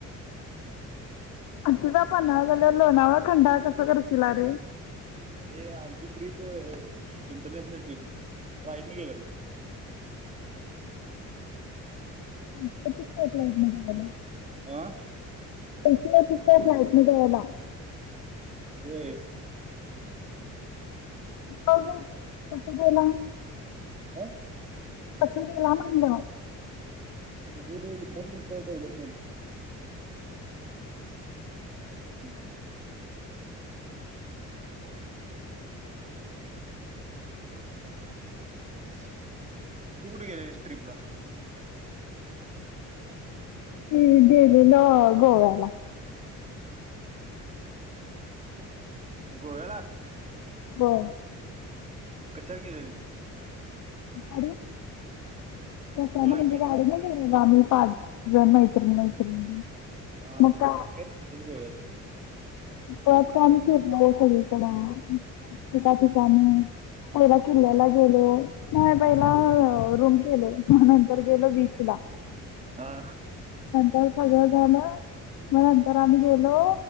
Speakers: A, on the left; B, on the right.
A: आलतासा पन्हाळा गडाव, लोणावळा, खंडाळा कसं करशीला रे?
B: अरे! आमची ट्रिप इंटरनॅशनल ट्रिप राईटने गेल्यालो.
A: <unintelligible> गेल्यालास.
B: आह
A: पैशे लागत्यात काय फ्लाईटने जायला?
B: होय.
A: मग कस गेला?
B: काय?
A: कसं गेला म्हणलं?
B: <unintelligible> दोन दिवसाचं डेवलपमेंट <unintelligible> तू कुठ गेलेलीस ट्रिपला?
A: मी गेलेलो गोव्याला.
B: गोव्याला?
A: व्हय.
B: कशाल गेलेलीस?
A: <unintelligible> कशान
B: पुण्यात
A: म्हणजे? गाडी न गे लामी पाच ज मैत्री मैत्रिणी.
B: हां-हां,
A: मग काय
B: <unintelligible> गोव्यात.
A: पळत काम फिरलो सगळीकडा. ठिका ठिकाणी पहिला किल्ल्याला गेलो. नाही, पहिला रूम केलो. म नंतर गेलो बीचला.
B: हां
A: त सगळं झालं. म नंतर आम्ही गेलो